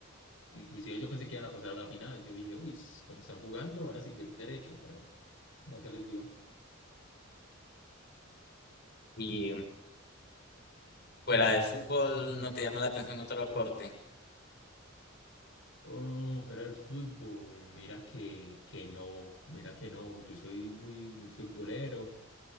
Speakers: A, on the left (about 75°); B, on the left (about 55°).
A: Inclusive yo pensé que iban a pasar a la final. Yo dije, uy, s- como están jugando, van a seguir derecho, pero no se les dio.
B: Y fuera de fútbol, ¿no te llama la atención otro deporte?
A: Oh, fuera del fútbol, mira que, que no, mira que no. Yo soy muy, muy futbolero